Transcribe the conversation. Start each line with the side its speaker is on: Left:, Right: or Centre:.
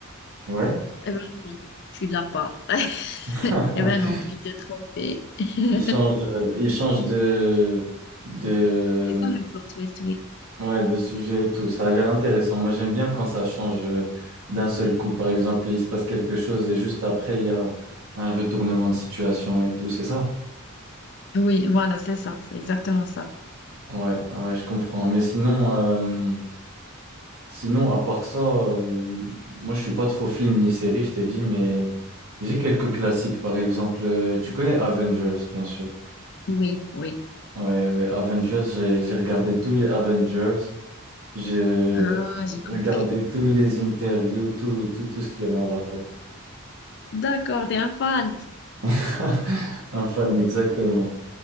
Right: Ouais.
Left: eh ben non, tu l'as pas. <laughs> <laughs>
Right: <laughs>
Left: Eh ben non, tu t'es trompé. <laughs> C'est
Right: Ils changent, euh, ils changent de, de,
Left: ça le plot twist, oui.
Right: ouais, de sujet et tout. Ça a l'air intéressant. Moi, j'aime bien quand ça change euh, d'un seul coup. Par exemple, il se passe quelque chose et juste après, il y a un retournement de situation et tout. C'est ça?
Left: Oui, voilà, c'est ça, c'est exactement ça.
Right: Ouais, ouais, je comprends. Mais sinon, Sinon, à part ça, euh, moi je suis pas trop film ni série, je t'ai dit, mais j'ai quelques classiques. Par exemple, euh, tu connais Avengers, bien sûr.
Left: Oui, oui.
Right: Ouais, ouais, Avengers, j'ai j'ai regardé tous les Avengers, j'ai
Left: Ah, j'ai
Right: j'ai
Left: compris.
Right: regardé tous les interviews, tout, tout, tout ce qu'il y avait en rapport.
Left: D'accord, t'es un fan.
Right: <laughs> Un fan, exactement.